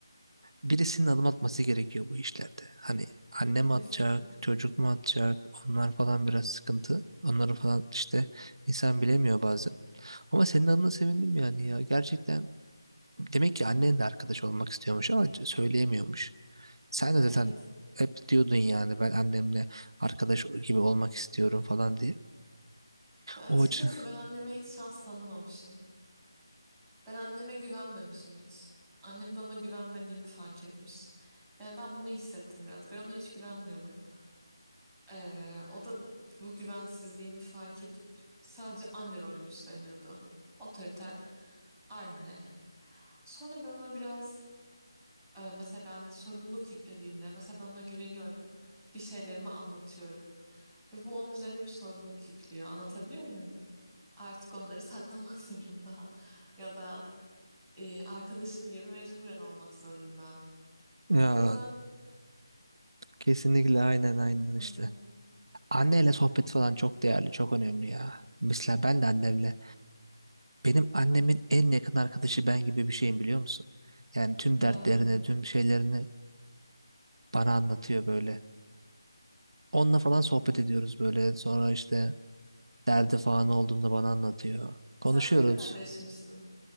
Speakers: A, on the right; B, in the centre.
A: birisinin adım atması gerekiyor bu işlerde. Hani anne mi
B: kesin.
A: atacak, çocuk mu atacak onlar falan biraz sıkıntı. Onları falan işte insan bilemiyor bazen. Ama senin adına sevindim yani ya. Gerçekten demek ki annen de arkadaş olmak istiyormuş ama c- söyleyemiyormuş. Sen de
B: Evet.
A: zaten hep diyordun yani ben annemle arkadaş gibi olmak istiyorum falan diye.
B: Ya açıkçası
A: O açı-
B: ben anneme hiç şans tanımamışım. Ben anneme güvenmemişim hiç. Annem de ona güvenmediğimi fark etmiş. Yani ben bunu hissettim biraz. Ben ona hiç güvenmiyordum. Ee, o da bu güvensizliğimi fark edip sadece anne rolünü üstleniyordu. Otoriter anne. Sonra ben ona biraz e, mesela sorumluluk yüklediğimde mesela ben ona güveniyorum. Bir şeylerimi anlatıyorum. Ve bu onun üzerine bir sorumluluk yüklüyor. Anlatabiliyor muyum? Artık onları saklamak <laughs> zorunda. Ya da e, arkadaşım gibi mecburen olmak zorunda.
A: Ya
B: O yüzden
A: kesinlikle aynen aynen
B: Hı
A: işte.
B: hı.
A: Anneyle sohbet falan çok değerli, çok önemli ya. Mesela ben de annemle, benim annemin en yakın arkadaşı ben gibi bir şeyim biliyor musun? Yani tüm
B: ya
A: dertlerini, tüm şeylerini bana anlatıyor böyle. Onunla falan sohbet ediyoruz böyle. Sonra işte Derdi falan olduğunda bana anlatıyor. Konuşuyoruz.
B: sen tek kardeşmişsin.